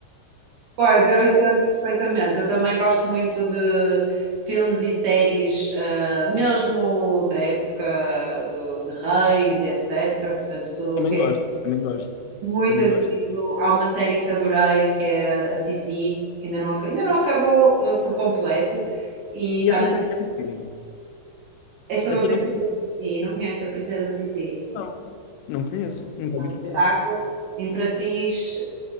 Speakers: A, on the right; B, on the left.
A: Pois, eu entendo perfeitamente. Eu também gosto muito de filmes e séries, ah, mesmo da época do, de Reis e etc. Portanto, tudo
B: Também
A: o que é
B: gosto, também gosto,
A: muito
B: também
A: antigo.
B: gosto.
A: Há uma série que adorei, que é a Sissi, que ainda não, aca- ainda não acabou, ah, por completo. E está
B: E essa
A: na...
B: série é de quê?
A: É sobre
B: Essa
A: a princesa
B: eu não conheço.
A: Sissi. Não conhece a princesa Sissi?
B: Não, não conheço, nunca ouvi falar.
A: espetáculo, imperatriz